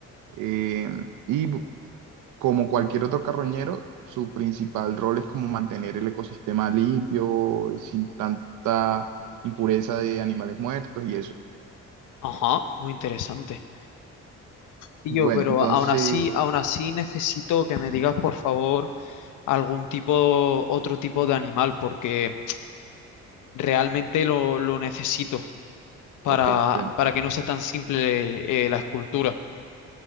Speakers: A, on the right (about 80°); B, on the left (about 80°).
A: eh, y bu- como cualquier otro carroñero, su principal rol es como mantener el ecosistema limpio, eh, sin tanta impureza de animales muertos y eso.
B: Ajá, muy interesante. Tío,
A: Bueno,
B: pero
A: entonces,
B: aún así, aún así necesito que me digas, por favor, algún tipo, otro tipo de animal, porque realmente lo, lo necesito para,
A: ok, bueno,
B: para que no sea tan simple, eh, la escultura.